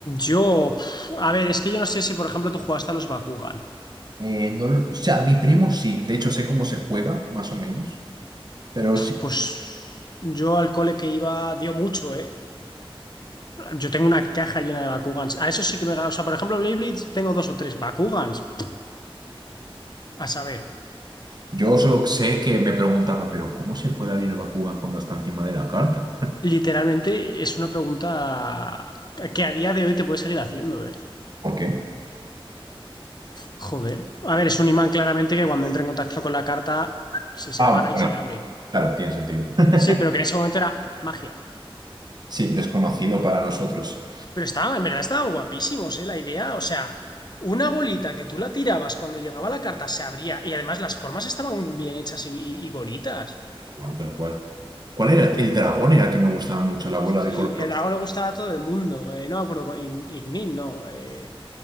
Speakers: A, on the left; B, on the right.
A: Yo, pf, a ver, es que yo no sé si, por ejemplo, tú jugaste a los Bakugan.
B: Eh, no lo- o sea, mi primo sí, de hecho sé cómo se juega, más o menos. Pero
A: Pues yo al cole que iba dio mucho, ¿eh? Yo tengo una caja llena de Bakugans. A eso sí que me... O sea, por ejemplo, Blade Blitz tengo dos o tres Bakugans. A saber,
B: Yo solo sé que me preguntaba, pero ¿cómo se puede abrir el Bakugan cuando está encima de la carta?
A: literalmente es una pregunta que a día de hoy te puedes seguir haciendo, ¿eh?
B: ¿Por qué?
A: Joder. A ver, es un imán claramente que cuando entra en contacto con la carta se separa
B: Ah,
A: y
B: bueno,
A: se abre.
B: claro, tiene sentido. <laughs>
A: Sí, pero que en ese momento era magia.
B: Sí, desconocido para nosotros.
A: Pero estaban, en verdad estaban guapísimos, ¿eh? La idea, o sea, una bolita que tú la tirabas cuando llegaba la carta se abría y además las formas estaban bien hechas y, y- y bonitas.
B: Igual, tal cual. ¿Cuál era? El dragón era el que me gustaba mucho, la bola
A: Sí,
B: de color rojo.
A: el lago le gustaba a todo el mundo. Eh, no me acuerdo, con- Ig- Ignil, no. eh,